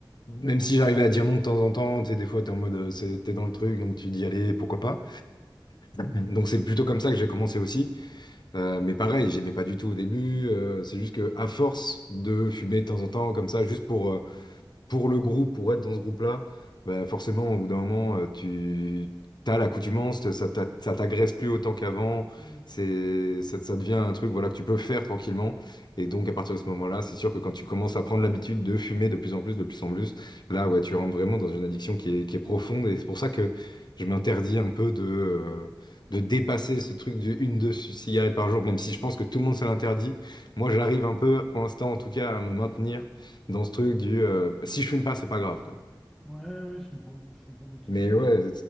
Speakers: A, on the left; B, in the centre.
A: même si j'arrivais à dire non de temps en temps, tu sais, des fois, t'es en mode, euh, c'est- t'es dans le truc, donc tu dis allez, pourquoi pas. Donc c'est plutôt comme ça que j'ai commencé aussi. Euh, mais pareil, j'aimais pas du tout au début. euh, c'est juste que à force de fumer de temps en temps comme ça, juste pour, euh, pour le groupe, pour être dans ce groupe-là, bah, forcément, au bout d'un moment, euh, tu as l'accoutumance, t- ça t'a- ça t'agresse plus autant qu'avant,
B: Hmm.
A: c'est, ça, ça devient un truc voilà, que tu peux faire tranquillement. Et donc, à partir de ce moment-là, c'est sûr que quand tu commences à prendre l'habitude de fumer de plus en plus, de plus en plus, là, ouais, tu rentres vraiment dans une addiction qui est, qui est profonde. Et c'est pour ça que je m'interdis un peu de, euh, de dépasser ce truc du une, deux cigarettes par jour, même si je pense que tout le monde se l'interdit. Moi, j'arrive un peu, pour l'instant en tout cas, à me maintenir dans ce truc du euh, bah, si je fume pas, c'est pas grave, quoi.
B: Ouais, ouais, je comprends, je comprends totalement.
A: Mais ouais,